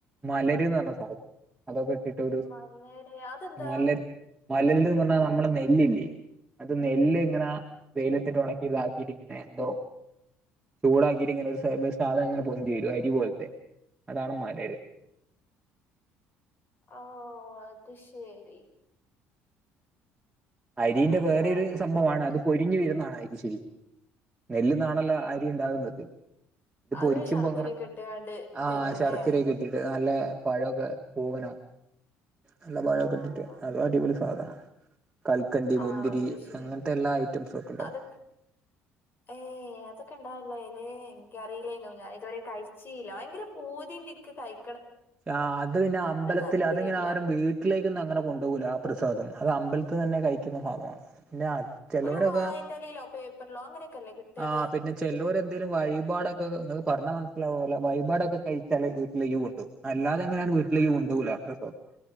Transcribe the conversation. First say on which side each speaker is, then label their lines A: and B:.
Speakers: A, on the right (about 15°); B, on the left (about 40°).
A: മലരുന്ന് പറഞ്ഞ സാധനം അതൊക്കെ <unintelligible> ഒരു
B: മലര് അതെന്താ
A: മലര് മലര്ന്ന് പറഞ്ഞ നമ്മുടെ നെല്ലില്ലേ അത് നെല്ല് ഇങ്ങനാ വെയിലെത്തിട്ട് ഉണക്കി ഇതാക്കിട്ട ഇങ്ങനെ എന്തോ ചൂടാക്കിട്ട് ഇങ്ങനെ ഒരു സാധനം അങ്ങനെ പൊന്തി വരും അരി പോലത്തെ അതാണ് മ <unintelligible>
B: ഓഹ് അത് ശരി
A: അരിന്റെ
B: ആഹ്
A: വേറൊരു
B: ആഹ്
A: സംഭവാണ് അത് പോയി <unintelligible> അരി ശരി നെല്ല്ന്നാണല്ല അരി ഉണ്ടാകുന്നത് ഇട്ട്
B: അത്
A: പൊരിക്കുമ്പോ
B: ശർക്കരയൊക്കെ
A: അങ്ങനെ
B: ഇട്ടുകാണ്ട്
A: ആഹ്
B: തരുവല്ലേ
A: ശർക്കരയൊക്കെ ഇട്ടിട്ട് നല്ല പഴക്കെ പൂവനോ നല്ല പഴമൊക്കെ
B: ആഹ്
A: ഇട്ടിട്ട് അതുവാടിപൊളി സാധന കൽക്കണ്ടി മുന്തിരി
B: ആഹ് അത് ശരി
A: അങ്ങനത്തെ എല്ലാ ഐറ്റംസും ഒക്കെ ഉണ്ടാവും
B: അതൊക്കെ ഏയ് അതൊക്കെ ഉണ്ടാവല്ലോ ഏയ് എനിക്കറിയില്ലന്നോ ഞാൻ ഇതുവരെ കഴിച്ചില്ല ഭയങ്കര പൂതിയ ഉണ്ട്നീക്ക് കഴി
A: ആഹ് അത് പിന്നെ അമ്പലത്തിൽ
B: തന്നില്ല
A: അതങ്ങനെ ആരും വീട്ടിലേക്കൊന്നും അങ്ങനെ കൊണ്ടുപോകല ആ പ്രസാദം അത് അമ്പലത്ത് തന്നെ കഴിക്കുന്ന ഭാഗമാണ് പിന്നെ ചലോരൊക്കെ
B: ഒരു വായന്റെലയിലോ പേപ്പറിലോ അങ്ങനെയൊക്കെല്ലേ കിട്ടത്
A: ആഹ് പിന്നെ ചെല്ലൂർ എന്തേലും വഴിപാടൊക്കെ ങ്ങക്ക് പറഞ്ഞ മന <unintelligible> വൈപാടൊക്കെ കഴിച്ചാല് വീട്ടിലേക്ക് കൊണ്ടു പോവും അല്ലാതെങ്ങനെയാണ് വീട്ടിലേക്ക് കൊണ്ടൂ പോകില്ല <unintelligible>